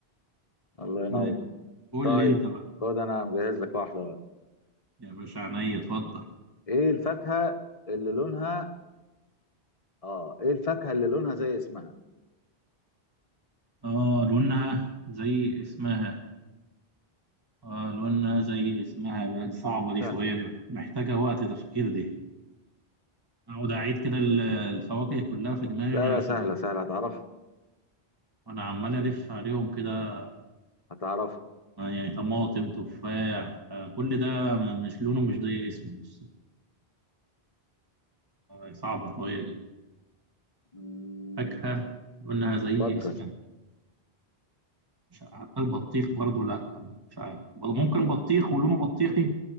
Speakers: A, on the left (about 35°); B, on the right (about 20°).
A: الله ينور
B: قول قول
A: طيب
B: لي انت بقى
A: خد انا مجهز لك واحدة بقى
B: يا باشا عينيا اتفضل
A: ايه الفاكهة اللي لونها اه ايه الفاكهة اللي لونها زي اسمها
B: اه لونها زي اسمها اه لونها زي اسمها لا دي صعبة دي
A: سهلة
B: شوية دي محتاجة وقت تفكير دي اقعد اعيد كده ال- الفواكه كلها في دماغي
A: لا
B: عشان
A: لا سهلة سهلة هتعرفها
B: انا عمال الف عليهم كده
A: هتعرفها
B: آه، يعني طماطم تفاح آه، كل ده م- مش لونه مش زي اسمه بس آه، صعبة شوية دي
A: مم،
B: فاكهة قلناها زي
A: فكر
B: اسمها مش حتى البطيخ برضو لا مش عارف برضو ممكن بطيخ ولونه بطيخي